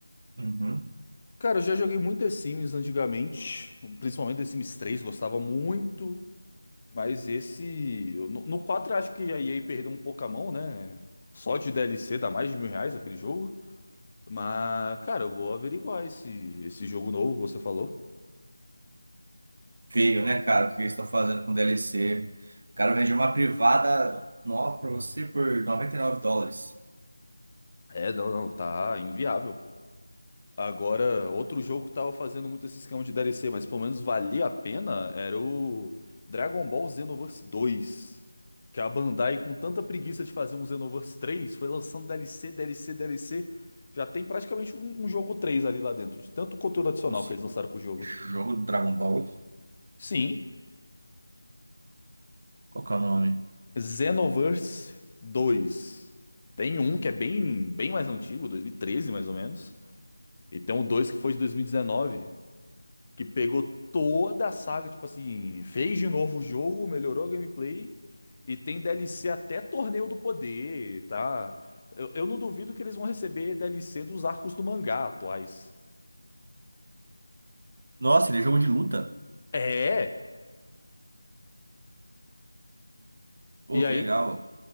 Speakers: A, on the right; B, on the left.
A: Uhum.
B: Cara, eu já joguei muito The Sims antigamente, principalmente The Sims 3, gostava muito, mas esse eu- no, no 4 eu acho que a EA perdeu um pouco a mão, né? Só de DLC dá mais de mil reais aquele jogo. Mas, cara, eu vou averiguar esse esse jogo novo que você falou.
A: Feio, né, cara? O que eles estão fazendo com DLC? O cara vende uma privada nova pra você por 99 dólares.
B: É, não, não, tá inviável, Agora, outro jogo que tava fazendo muito esse esquema de DLC, mas pelo menos valia a pena, era o Dragon Ball Xenoverse 2. Que a Bandai, com tanta preguiça de fazer um Xenoverse 3, foi lançando DLC, DLC, DLC. Já tem praticamente um, um jogo 3 ali lá dentro, de tanto conteúdo adicional
A: Como assim?
B: que eles lançaram pro jogo.
A: Jogo do Dragon Ball.
B: Sim,
A: Qual que é o nome?
B: Xenoverse 2. Tem um que é bem, bem mais antigo, 2013 mais ou menos. E tem o 2 que foi de 2019. que pegou toda a saga, tipo assim, fez de novo o jogo, melhorou a gameplay e tem DLC até Torneio do Poder, tá? Eu, eu não duvido que eles vão receber DLC dos arcos do mangá atuais.
A: Nossa, ele é jogo de luta.
B: É,
A: Pô,
B: e
A: que
B: aí,
A: legal.